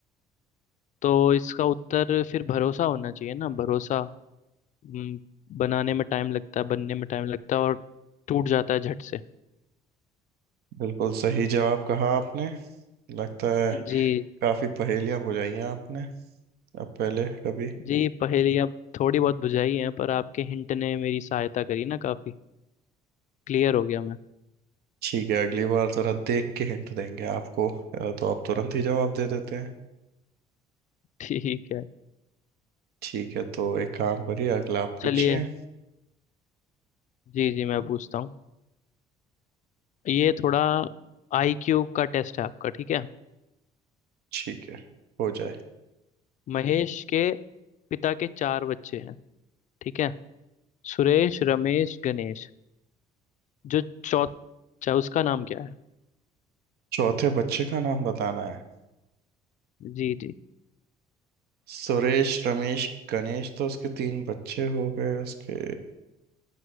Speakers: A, on the left; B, on the right.
A: तो इसका उत्तर फिर भरोसा होना चाहिए ना भरोसा हम्म, बनाने में टाइम लगता है बनने में टाइम लगता है और टूट जाता है झट से
B: बिल्कुल सही जवाब कहा आपने लगता है
A: जी
B: काफी पहेलियां बुझाई हैं आपने अब पहले कभी
A: जी पहेलियाँ थोड़ी बहुत बुझाई हैं पर आपके हिंट ने मेरी सहायता करी ना काफी क्लियर हो गया मैं
B: ठीक है अगली बार जरा देख के हिंट देंगे आपको अ, तो आप तुरंत ही जवाब दे देते हैं
A: ठीक है
B: ठीक है तो एक काम करिए अगला आप पूछिए
A: चलिए जी जी मैं पूछता हूँ ये थोड़ा आईक्यू का टेस्ट है आपका ठीक है
B: ठीक है हो जाए
A: महेश के पिता के चार बच्चे हैं ठीक है सुरेश रमेश गणेश जो चौथा बच्चा, उसका नाम क्या है
B: चौथे बच्चे का नाम बताना है
A: जी जी
B: सुरेश रमेश गणेश तो उसके तीन बच्चे हो गए उसके